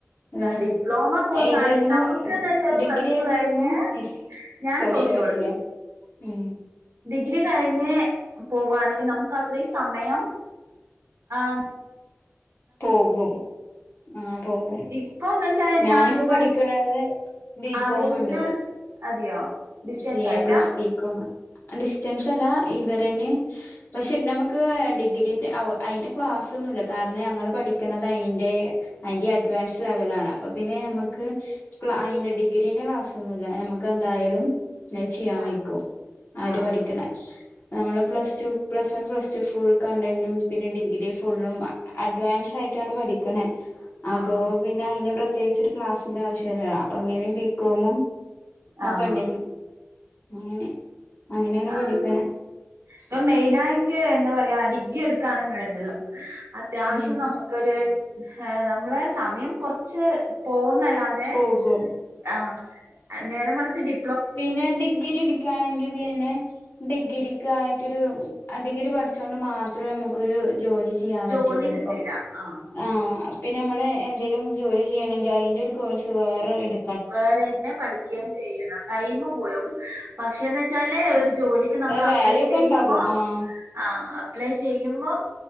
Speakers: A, on the left (about 50°); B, on the right (about 65°).
A: അല്ലെ
B: ഡിപ്ലോമ കോഴ്സ്
A: ഏതായിരുന്നു
B: ആണെങ്കിൽ നമുക്ക് എന്താ വെച്ചാ ഒരു
A: ഡിഗ്രി
B: പ്ലസ് ടു
A: ഏതായിരുന്നു
B: കഴിഞ്ഞ്.
A: ഹിസ്
B: ഞാൻ
A: സോഷ്യോളജില്ലേ
B: സോഷ്യോളജി.
A: ഉം
B: ഡിഗ്രി കഴിഞ്ഞ് പോവാണെങ്കിൽ നമുക്ക് അത്രയും സമയം ങ്
A: പോകും ആഹ് പോകും
B: ഇപ്പൊന്ന് വെച്ചാ
A: ഞാനിപ്പോ
B: ഞാനിപ്പം
A: പഠിക്ക്ണത്. ബികോം
B: അറിയുന്ന
A: ണ്ട്
B: അതെയോ ഡിസ്റ്റൻസ്
A: സി എ
B: ആയിട്ടാ
A: പ്ലസ് ബി കോമ് ഡിസ്റ്റൻസ് അല്ല ഇവരെന്നെ പക്ഷെ നമ്മക്ക് ഡിഗ്രീന്റെ അയിന്റെ ക്ലാസ് ഒന്നും ഇല്ല കാരണം ഞങ്ങള് പഠിക്ക്ണത് അയിന്റെ അയിന്റെ അഡ്വാൻസ് ലെവലണ് ആണ് അപ്പോ പിന്നെ ന ക്ക് അയിന്റെ ഡിഗ്രീന്റെ ക്ലാസ് ഒന്നു ജല്ല നമക്ക് എന്തായാലും. ചെയ്യാൻ
B: ആഹ്
A: വെയ്ക്കും ആര്
B: ആഹ്
A: പഠിക്ക്ണ നമ്മള് plus two plus one plus two full കണ്ടന്റും പിന്നെ ഡിഗ്രി ഫുള്ളും അഡ്വാൻസ് ആയിട്ടാണ് പഠിക്ക്ണേ അപ്പോ
B: ആഹ്
A: പിന്നെ അയിന് പ്രത്യക്കിച്ച് ഒരു ക്ലാസ്സിന്റെ ആവശ്യം ഇല്ല അപ്പൊ അങ്ങനെ ബികോമും. <unintelligible>
B: ആഹ്
A: അങ്ങനെ. അങ്ങനെയാണ്
B: ആഹ്
A: പഠിക്കണ
B: ഇപ്പൊ മെയിനായിട്ട് എന്താ പറയാ ഡിഗ്രി എടുക്കണെങ്കില്ണ്ടല്ലോ. അത്യാവശ്യം
A: ഉം
B: നമ്മക്ക് ഒരു നമ്മളെ സമയം കുറച്ച് പോകുന്നല്ലാ തെ
A: പോകും
B: ആഹ് നേരെ മറിച്ച് ഡി
A: പിന്നെ ഡിഗ്രി ഇട്ക്കണെങ്കി പിന്നെ ഡിഗ്രക്ക് ആയിട്ടൊരു ഡിഗ്രി പഠിച്ചോണ്ട് മാത്രം നമുക്കൊരു ജോലി ചെയ്യാൻ
B: ജോലി
A: പറ്റുല്ല
B: കിട്ടില്ല
A: ഇപ്പൊ
B: ആ
A: ആഹ്. പിന്നെ നമ്മള് എന്തേലും ജോലി ചെയ്യുണെങ്കി അയിന്റെ ഒരു കോഴ്സ് വേറെ എട്
B: വേറെന്നെ പഠിക്കയും ചെയ്യണം ടൈം പോലും പക്ഷേന്ന് വെച്ചാല് ഒരു ജോലിക്ക് നമ്മൾ
A: വാല്യൂ
B: അപ്ലൈ
A: ഒക്കെ
B: ചെയ്യുമ്പോ
A: ഉണ്ടാകും ആഹ്
B: ആഹ് അപ്ലൈ ചെയ്യുമ്പം